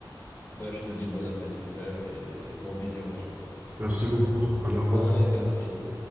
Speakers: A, on the left (about 30°); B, on the right (about 20°).
A: Bah, je te dis bon appétit, frère, et bon visionnage, quoi.
B: Merci beaucoup, allez, au revoir.
A: Allez, merci.